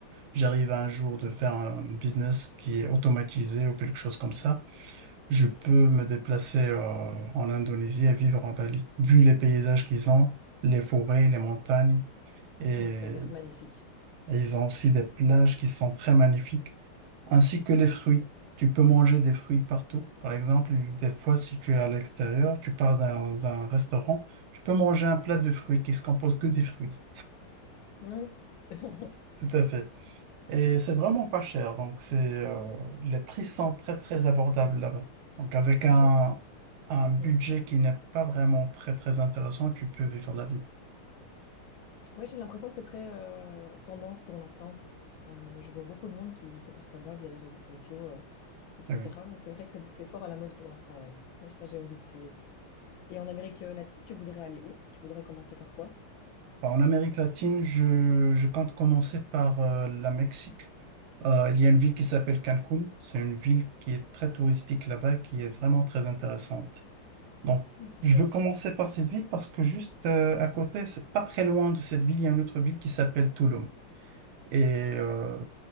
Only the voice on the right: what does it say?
j'arrive un jour de faire un business qui est automatisé ou quelque chose comme ça, je peux me déplacer euh, en Indonésie et vivre en Bali. Vu les paysages qu'ils ont, les forêts, les montagnes, et,
et ils ont aussi des plages qui sont très magnifiques, ainsi que les fruits. Tu peux manger des fruits partout. Par exemple, des fois, si tu es à l'extérieur, tu pars dans un restaurant, tu peux manger un plat de fruits qui se compose que des fruits.
Tout à fait. Et
c'est vraiment pas cher. Donc, c'est, euh, les prix sont très, très abordables là-bas. Donc, avec un,
un budget
qui n'est pas vraiment très, très intéressant, tu peux vivre la vie.
Eh oui.
Bah, En Amérique latine, je, je compte commencer par euh, la Mexique. Euh, il y a une ville qui s'appelle Cancun. C'est une ville qui est très touristique là-bas, qui est vraiment très intéressante. Donc,
je veux commencer par cette ville parce que juste euh, à côté, c'est pas très loin de cette ville, il y a une autre ville qui s'appelle Tulum. Et euh,